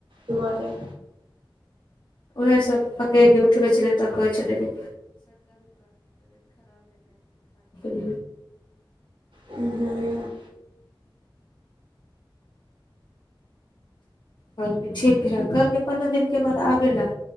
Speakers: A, on the right; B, on the left.
A: दुआरे
B: उएह सभ पकैड़ क उठबै छलै तऽ कहै छलै जे <unintelligible>
A: ह हूँ
B: कहलकै ठीक है, कहलके पन्द्रह दिन के बाद आबैलय,